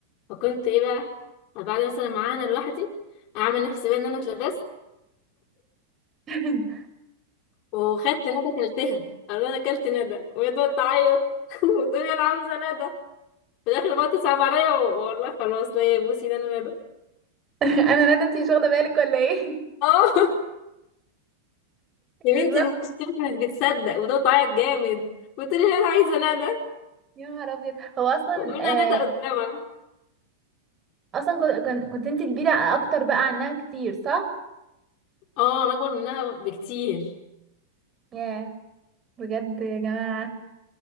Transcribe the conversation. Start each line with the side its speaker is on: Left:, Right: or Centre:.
Left: فكنت ايه بقى بعد مثلا معاها انا لوحدي اعمل نفسي بقى ان انا اتلبست
Right: <laughs>
Left: وخدت ندى كلتها قالوا لي انا كلت ندى وهي تقعد تعيط <laughs> وتقولي انا عاوزه ندى في الاخر بقى تصعب عليا و- والله خلاص لا يا بوسي ده انا ندى
Right: انا ندى انت مش واخدة بالك ولا ايه
Left: اه يا
Right: بالظبط
Left: بنتي المشكلة كانت بتصدق وده تعيط جامد وتقولي لي انا عايزة ندى
Right: يا نهار ابيض هو اصلا
Left: وانا
Right: آه
Left: ندى قدامها
Right: اصلا كن- كن- كنت انت كبيره اكتر بقى عنها كتير صح
Left: اه انا اكبر منها بكتير
Right: ياه بجد يا جماعه